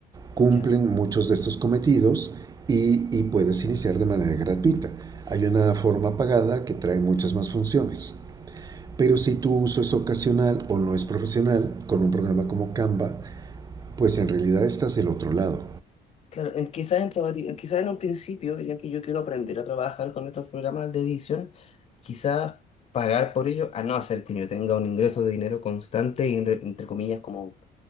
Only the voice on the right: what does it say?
cumplen
muchos de estos cometidos y, y puedes iniciar de manera gratuita. Hay una forma pagada que trae muchas más funciones. Pero si tu uso es ocasional o no es profesional, con un programa como Canva, pues en realidad estás del otro lado.